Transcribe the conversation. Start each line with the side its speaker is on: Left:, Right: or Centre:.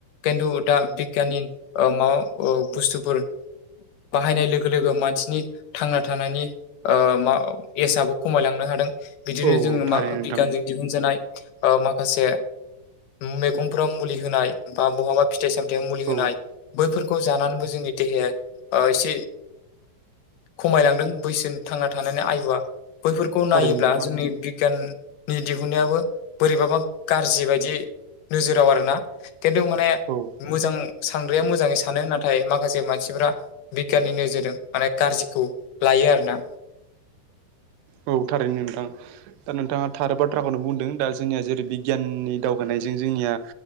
Left: खिन्थु दा बिगियाननि ओ माबा औ बुस्थुफोर बाहायनाय लोगो लोगो मानसिनि थांना थानायनि ओ मा एसआबो खमायलांनो हादों बिदिनो
Right: औ
Left: जोङो
Right: थारैनो
Left: मा
Right: नोंथां
Left: बिगियानजों दिहुनजानाय ओ माखासे मैगंफोराव मुलि होनाय बा बहाबा फिथाइ सामथायाव मुलि होनाय
Right: औ औ
Left: बैफोरखौ जानानैबो जोंनि देहाया ओ एसे खमायलांदों बैसो थांना थानानै आयुआ बैफोरखौ नायोब्ला
Right: थारैनो नोंथां
Left: जोंनि बिगियान नि दिहुन्नायाबो बोरैबाबा गाज्रि बायदि नोजोराव आरोना खिन्थु माने
Right: औ
Left: मोजां सानग्राया मोजाङै सानो नाथाय माखासे मानसिफ्रा बिगियाननि नोजोरजों माने गाज्रिखौ लायो आरोना
Right: औ थारैनो नोंथां दा नोंथाङा थारो बाथ्राखौनो बुंदों दा जोंनिया जेरै बिगियाननि दावगानायजों जोंनिया